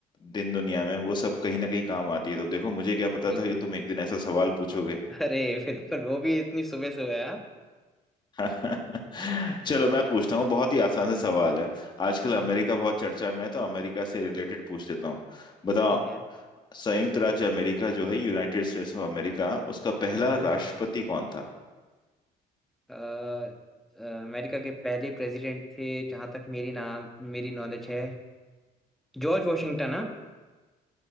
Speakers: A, on the left; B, in the centre.
A: दिन दुनिया में वो सब कहीं ना कहीं काम आती है तो देखो मुझे क्या पता
B: बिल्कुल
A: था कि
B: बिल्कुल
A: तुम एक दिन ऐसा सवाल पूछोगे
B: अरे <laughs> बिल्कुल वो भी इतनी सुबह सुबह हाँ
A: <laughs> चलो मैं
B: चलो
A: पूछता हूँ बहुत ही आसान सा सवाल है आजकल अमेरिका
B: हम्म हम्म,
A: बहुत चर्चा में है तो अमेरिका से रिलेटेड पूछ लेता हूँ बताओ
B: ठीक है
A: संयुक्त राज्य अमेरिका जो है यूनाइटेड स्टेट्स ऑफ अमेरिका उसका पहला
B: हम्म हम्म
A: राष्ट्रपति कौन था
B: अ, अ, अमेरिका के पहले प्रेसिडेंट थे जहां तक मेरी नाम मेरी नॉलेज है जॉर्ज वॉशिंगटन हाँ